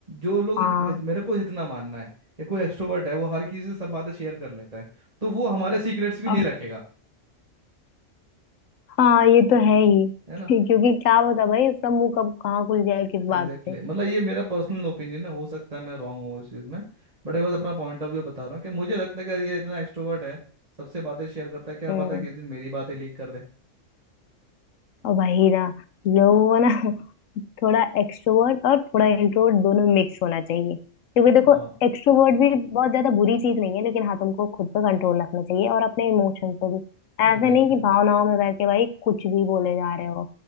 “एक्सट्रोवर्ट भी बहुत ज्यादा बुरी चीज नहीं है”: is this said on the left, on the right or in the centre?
Left